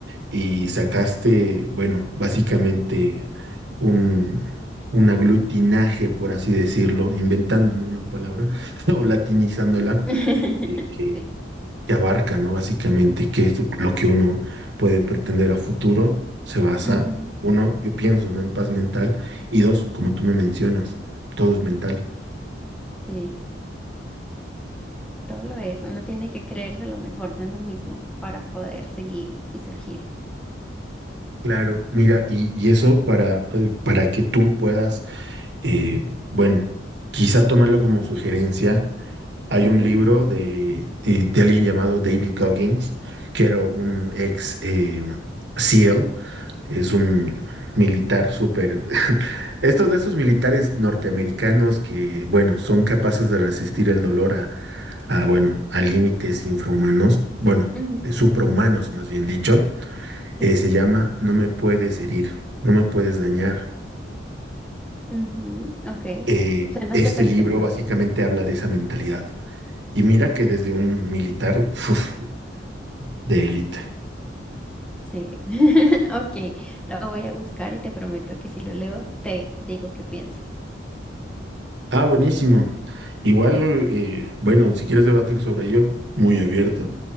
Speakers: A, on the right; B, in the centre.
A: y sacaste, bueno, básicamente un, un aglutinaje, por así decirlo, inventando, ¿no? una palabra <laughs> o latinizándola,
B: <laughs>
A: eh, que,
B: Sí.
A: que abarca, ¿no? Básicamente qué es lo que uno puede pretender a futuro, se basa,
B: ujú,
A: uno, yo pienso, ¿no? En paz mental, y dos, como tú me mencionas, todo es mental.
B: Sí. Todo lo es. Uno tiene que creerse lo mejor de uno mismo para poder seguir y surgir.
A: Claro, mira, y, y eso para, eh, para que tú puedas, eh, bueno, quizá tomarlo como sugerencia Hay
B: Ujú,
A: un libro de, de- de alguien llamado David Goggins, que era un
B: Sí.
A: ex eh, SEAL, es un militar súper... <laughs> Estos de esos militares norteamericanos que, bueno, son capaces de resistir el dolor a, a, bueno, a límites infrahumanos, bueno,
B: ujú,
A: eh, suprahumanos más bien dicho,
B: Sí.
A: eh, se llama No me puedes herir, no me puedes dañar.
B: ujú, Ok.
A: Eh,
B: Suena
A: este
B: súper
A: libro
B: interesante.
A: básicamente habla de esa mentalidad. Y mira que desde un militar, <laughs> de élite.
B: Sí. <laughs> Ok. Lo voy a buscar y te prometo que si lo leo, te digo qué pienso.
A: Ah, buenísimo. Igual, eh, bueno, si quieres debatir sobre ello, muy abierto.